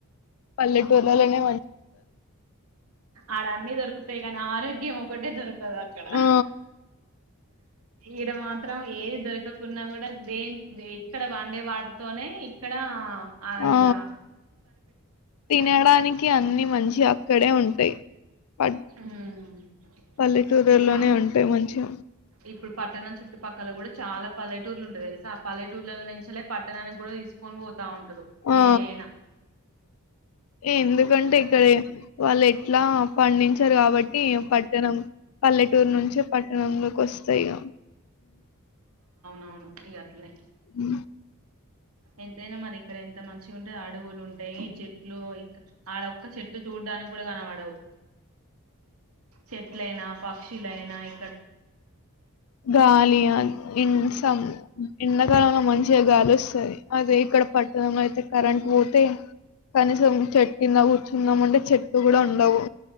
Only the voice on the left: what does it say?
పల్లెటూర్లల్లనే
ఆ
ఆ తినడానికి అన్ని మంచి అక్కడే ఉంటయి. పట్
పల్లెటూరులోనే
ఉంటయి మంచిగ
ఆ
ఎందుకంటే ఇక్కడే వాళ్ళెట్లా పండించర్ కాబట్టి ఈ పట్టణం పల్లెటూర్ నుంచే పట్టణంలో కొస్తయిగా
మ్
గాలియ ఇన్ సమ్ ఎండాకాలంలో మంచిగ గాలొస్తది అదే ఇక్కడ పట్టణంలో అయితే కరెంట్ పోతే కనీసం చెట్టు కింద కూర్చుందాం అంటే చెట్లు గుడా ఉండవు.